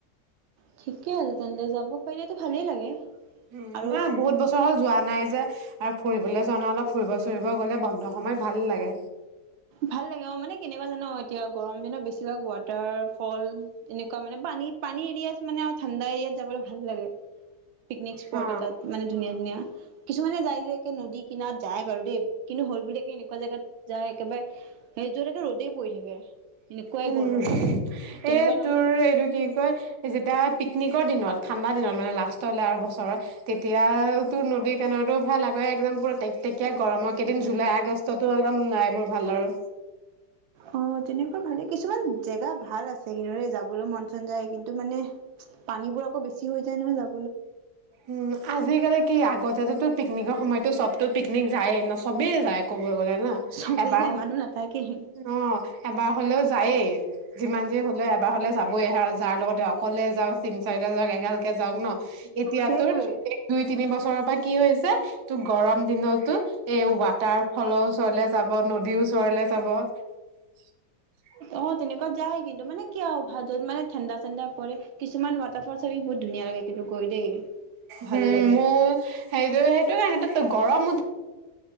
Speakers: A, on the right; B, on the right.
A: ঠিকে আছে তেন্তে যাব পাৰিলেতো ভালেই লাগে
B: উম
A: আৰু
B: অ বহুত বছৰ হ'ল যোৱা নাই যে আৰু ফুৰিবলৈ যোৱা ন অলপ ফুৰিব ফুৰিব গ'লে বন্ধ সময়ত ভাল লাগে
A: ভাল লাগে অ মানে কেনেকুৱা জানো এতিয়া গৰম দিনত বেছিভাগ ৱাটাৰ ফল এনেকুৱা মানে পানী পানী এৰিয়াাত মানে ঠাণ্ডা এৰিয়াত যাবলৈ ভাল লাগে পিকনিক স্পট
B: অ
A: এটাত মানে ধুনীয়া ধুনীয়া কিছুমানে যায় যে নদী কিনাত যায় বাৰু দেই কিন্তু হ ল বুলিও এনেকুৱা জেগাত যায় একেবাৰে সেই জাগাত ৰ'দেই পৰি থাকে এনেকুৱাই
B: উম
A: গৰম তেনেকুৱা
B: এ
A: তলত
B: তোৰ এইটো কি কয় যেতিয়া পিকনিকৰ দিনত ঠাণ্ডা দিনত মানে লাষ্ট আৰু বছৰৰ তেতিয়া তোৰ নদী কণৰতো ভাল আে একদম পুৰা তে তেকয়া গৰমৰ কেইদিন জুলাই আগষ্টতো একদম নাইবোৰ ভাল আৰু
A: অ তেনেকুৱা ভালে কিছুমান জেগা ভাল আছে ৰেলে যাবলৈ মন চন যায় কিন্তু মানে পানীবোৰ আকৌ বেছিহৈ যায় নহয় যাব
B: উম আজিকালি কি আগতে তাতো পিকনিকৰ সময়তো চবতো পিকনিক যায়েই ন চবেই যায় ক'ব গ'লে ন
A: চবেই
B: এবাৰ
A: যায় মানুহ নাথাকেই
B: অ এবাৰ হ'লেও যায়েই যিমান যি হলে এবাৰ হলে যাবই আৰু যাৰ লগতে অকলে যাক তিন চাৰিটা যাওক এগালকে যাওঁক ন এতিয়া
A: সেইটোৱে
B: তোৰ এই দুই তিনি বছৰৰ পৰা কি হৈছে তোৰ গৰম দিনতো এই ৱাটাৰ ফ্ৰলৰ ওচৰলে যাব নদীৰ ওচৰলে যাব <unintelligible>
A: অ তেনেকুৱা যায় কিন্তু মানে কিয় অ ভাদত মানে ঠাণ্ডা ঠাণ্ডা পৰে কিছুমান ৱাটাৰফলছ আমি বহুত ধুনীয়া লাগে কিন্তু গৈ দেই ভাল
B: হম
A: লাগে
B: মোৰ সেইটো সেইটো কাৰণেতো গৰম